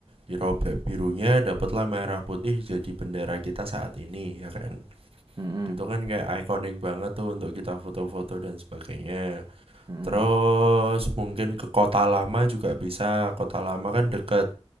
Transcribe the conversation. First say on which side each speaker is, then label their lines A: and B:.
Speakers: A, on the right; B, on the right.
A: dirobek birunya, dapatlah merah putih jadi bendera kita saat ini, ya kan?
B: hmm, hmm,
A: Itu kan kayak ikonik banget tuh untuk kita foto-foto dan sebagainya.
B: mhm,
A: Terus mungkin ke Kota Lama juga bisa. Kota Lama kan deket